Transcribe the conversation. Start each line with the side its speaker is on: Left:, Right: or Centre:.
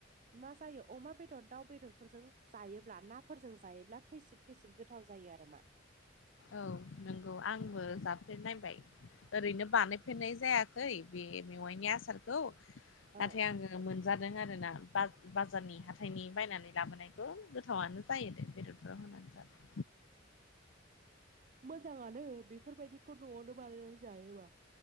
Right: मा जायो अमा बेदर दाउ बेदर फोरफोरजों जायोब्ला नाफोरजों जायोब्ला खैसिब खैसिब गोथाव जायो आरोमा।
Left: औ नंगौ आंबो जाफेरनायबाय ओरैनो बानाय फेन्नाय जायाखै बे मेवाइनि आसारखौ
Right: औ
Left: नाथाय आङो। मोनजादों आरो ना बा बाजारनि हाथाइनि बायनानै लाबोनायखौ गोथावनो जायो दे बेदरफोराव होनानै जाबा।
Right: मोजाङानो बेफोरबायदिखौ न'आवनो बानायनानै जायोबा।